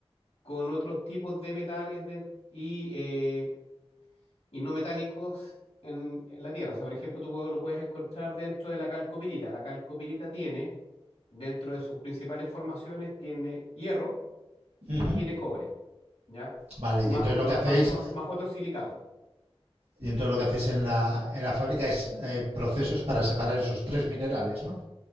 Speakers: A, on the left; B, on the right.
A: con otros tipos de metales de- y, eh, y no metálicos en, en la Tierra. O sea, por ejemplo, tú pu- lo puedes encontrar dentro de la calcopirita. La calcopirita tiene, dentro de sus principales formaciones, tiene hierro
B: Ujú.
A: y tiene cobre, ¿ya?
B: Vale,
A: Más,
B: y entonces lo
A: más,
B: que hacéis,
A: más, más, más otros silicatos.
B: y entonces lo que hacéis en la, en la fábrica es eh, procesos para separar esos tres minerales, ¿no?